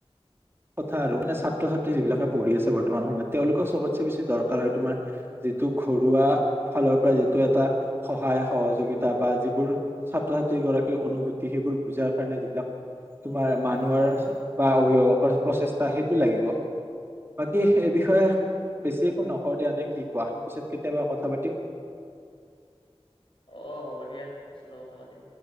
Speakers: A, on the right; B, on the left.
A: কথা আৰু মানে ছাত্ৰ ছাত্ৰী যিবিলাকে পঢ়ি আছে বৰ্তমান সময়ত তেওঁলোকৰ চবতচে বেছি দৰকাৰ হয় তোমাৰ- যিটো ঘৰুৱা ফালৰ পৰা যিটো এটা সহায় সহযোগিতা বা যিবোৰ- ছাত্ৰ ছাত্ৰী গৰাকীৰ অনুভূতি সেইবোৰ বুজাৰ কাৰণে যিবিলাক- তোমাৰ মানুহৰ বা অভিভাৱকৰ প্ৰচেষ্টা সেইটো লাগিব। বাকী, এই বিষয়ে বেছি একো নকও দিয়া নে কি কোৱা, পিছত কেতিয়াবা কথা পাতিম।
B: অ' হ'ব দিয়া পিছত কথা পাতিম।